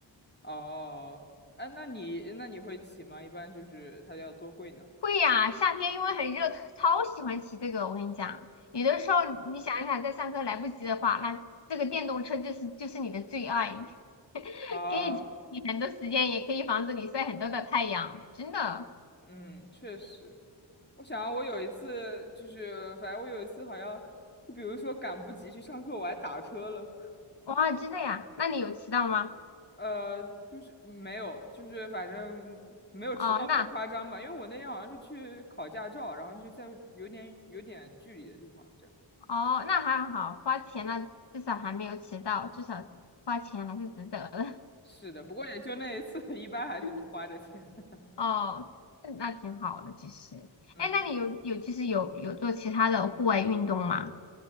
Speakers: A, on the left (about 20°); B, on the left (about 60°).
A: 哦，哎，那你那你会骑吗？一般就是它要多贵呢？
B: 会呀，夏天因为很热，超喜欢骑这个。我跟你讲，有的时候你想一想，在上课来不及的话，那这个电动车就是就是你的最爱，<laughs> 可以节省你很多时间，
A: 啊，
B: 也可以防止你晒很多的太阳，真的，
A: 嗯，确实。我想我有一次就是，反正我有一次好像，就比如说赶不及去上课，我还打车了。
B: 哇，真的呀。那你有骑到吗？
A: 呃，就是没有，就是反正没有迟到那么夸张吧，
B: 哦，那。
A: 因为我那天好像是去考驾照，然后就在有点有点距离的地方这样。
B: 哦，那还好，花钱了，至少还没有迟到，至少花钱还是值得的。
A: 是的，不过也就那一次，一般还是不花这钱。
B: <laughs>
A: <laughs>
B: 哦，那挺好的，其实。
A: 嗯，
B: 哎，那你有有其实有有做其他的户外运动吗？